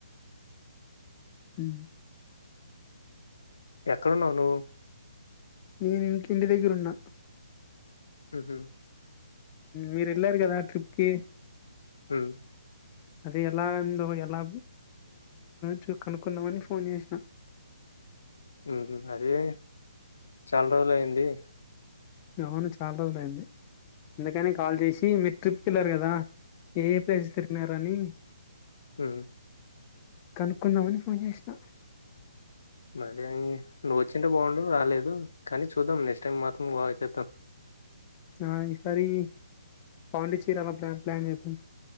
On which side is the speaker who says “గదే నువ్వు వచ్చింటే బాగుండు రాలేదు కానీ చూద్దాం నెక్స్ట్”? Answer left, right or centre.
Left